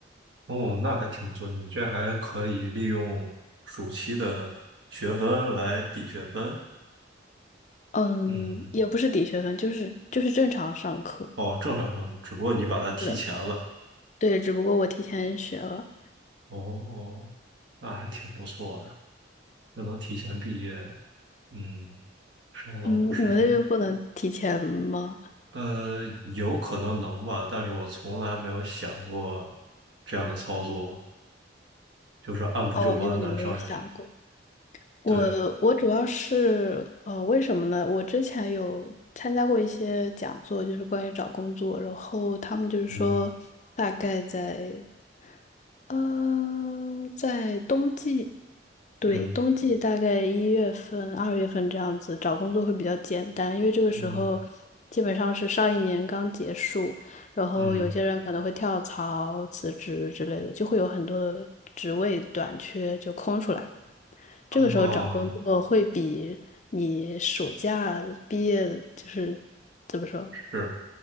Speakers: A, on the right; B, on the left.
A: 哦，那还挺不错，你这还可以利用暑期的学分来抵学分。
B: 嗯，
A: 嗯，
B: 也不是抵学分，就是就是正常上课。
A: 哦，正常上的，只不过你把它提前了。
B: 是的，对，只不过我提前学了。
A: 哦，那还挺不错的，那能提前毕业，嗯，省了老多时间。
B: 嗯，你们那边不能提前吗？
A: 呃，有可能能吧，但是我从来没有想过这样的操作，就是按部就班的上下去。
B: 哦，因为你没有想过。我我主要是呃，
A: 对，
B: 为什么呢？我之前有参加过一些讲座，就是关于找工作，然后他们就是说，
A: 嗯
B: 大概在呃，在冬季，对，
A: 嗯
B: 冬季大概一月份、二月份这样子找工作会比较简单，因为这个时候基本上是上一年刚结束，
A: 嗯
B: 然后有些人可能会跳槽、
A: 嗯，
B: 辞职之类的，就会有很多的职位短缺就空出来。这个时候找工作会比你暑假毕业就是怎么说？
A: 哦，是。